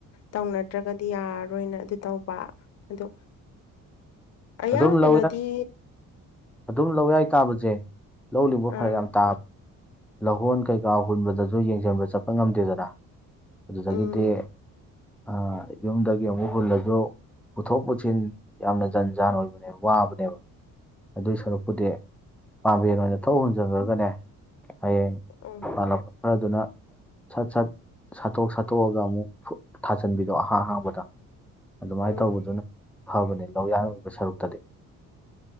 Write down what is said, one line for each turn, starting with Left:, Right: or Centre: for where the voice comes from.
Left: ꯇꯧꯅꯗ꯭ꯔꯒꯗꯤ ꯌꯥꯔꯣꯏꯅ ꯑꯗꯨ ꯇꯧꯕ ꯑꯣ ꯑꯌꯥꯝꯕꯅꯗꯤ
Centre: ꯑꯗꯨꯝ ꯂꯧꯌꯥꯏ ꯑꯗꯨꯝ ꯂꯧ ꯌꯥꯏ ꯇꯥꯕꯁꯦ ꯂꯧ ꯂꯤꯡꯕ ꯐꯔꯛ
Left: ꯑꯥ
Centre: ꯌꯥꯝ ꯇꯥꯕ ꯂꯧꯍꯣꯟ ꯀꯩꯀꯥ ꯍꯨꯟꯕꯗꯁꯨ ꯌꯦꯡꯁꯤꯟꯕ ꯆꯠꯄ ꯉꯝꯗꯦꯗꯅ ꯑꯗꯨꯗꯒꯤꯗꯤ
Left: ꯎꯝ
Centre: ꯑ ꯌꯨꯝꯗꯒꯤ ꯑꯃꯨꯛ ꯍꯨꯜꯂꯁꯨ ꯄꯨꯊꯣꯛ ꯄꯨꯁꯤꯟ ꯌꯥꯝꯅ ꯖꯟ ꯖꯥꯟ ꯑꯣꯏꯕꯅꯦ ꯋꯥꯕꯅꯦꯕ ꯑꯗꯨꯏ ꯁꯔꯨꯛꯄꯨꯗꯤ ꯄꯥꯝꯕꯦꯟ ꯑꯣꯏꯅ ꯊꯧ ꯍꯨꯟꯖꯟꯈ꯭ꯔꯒꯅꯦ ꯍꯌꯦꯡ
Left: ꯎꯝ
Centre: ꯏꯃꯥꯟꯅꯕ ꯈꯔꯗꯨꯅ ꯁꯠ ꯁꯠ ꯁꯥꯠꯇꯣꯛ ꯁꯥꯠꯇꯣꯛꯑꯒ ꯑꯃꯨꯛ ꯊꯥꯖꯟꯕꯤꯗꯣ ꯑꯍꯥꯡꯍꯥꯡꯕꯗ ꯑꯗꯨꯃꯥꯏꯅ
Left: ꯎꯝ
Centre: ꯇꯧꯕꯗꯨꯅ ꯐꯕꯅꯤ ꯂꯧ ꯌꯥꯅꯤꯡꯕ ꯁꯔꯨꯛꯇꯗꯤ